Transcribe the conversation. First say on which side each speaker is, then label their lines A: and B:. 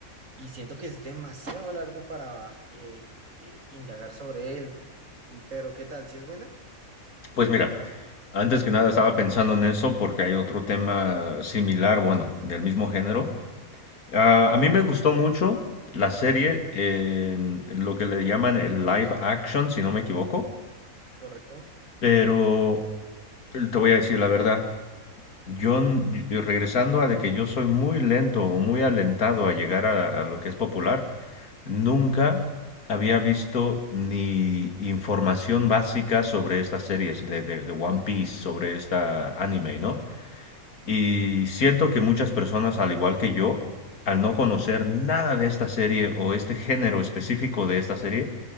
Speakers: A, on the right; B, on the left.
A: Y siento que es demasiado largo para eh, eh, indagar sobre él, y pero ¿qué tal? ¿Si es buena?
B: Pues mira, antes que nada estaba pensando en eso porque hay otro tema similar, bueno, del mismo género. Ah, a mí me gustó mucho la serie en lo que le llaman el live action, si no me equivoco.
A: ¿Correcto?
B: Pero Te voy a decir la verdad. Yo, n- y- regresando a de que yo soy muy lento o muy alentado a llegar a, a lo que es popular, nunca había visto ni información básica sobre estas series de, de, de One Piece, sobre esta anime, ¿no? Y siento que muchas personas, al igual que yo, al no conocer nada de esta serie o este género específico de esta serie,